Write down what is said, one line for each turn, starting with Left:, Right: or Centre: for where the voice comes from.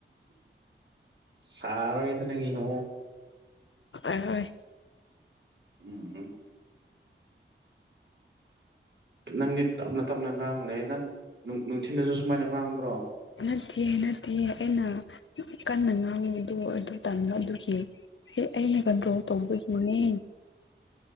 Right: ꯁꯥꯥꯔꯣꯏꯗ ꯅꯪꯒꯤ ꯃꯑꯣꯡ
Left: ꯍꯣꯏ ꯍꯣꯏ
Right: ꯎꯝ ꯅꯪꯗꯤ ꯇꯞꯅ ꯇꯞꯅ ꯉꯥꯡꯂꯦ ꯅꯪ ꯅꯨꯡꯊꯤꯟꯗꯁꯨ ꯁꯨꯃꯥꯏꯅ ꯉꯥꯡꯕ꯭ꯔꯣ
Left: ꯅꯠꯇꯦ ꯅꯠꯇꯦ ꯑꯩꯅ ꯀꯟꯅ ꯉꯥꯡꯕꯗꯨ ꯑꯗꯨ ꯇꯟꯕꯥ ꯑꯗꯨꯒꯤ ꯁꯤ ꯑꯩꯅ ꯀꯟꯇ꯭ꯔꯣꯜ ꯇꯧꯕꯒꯤꯅꯦ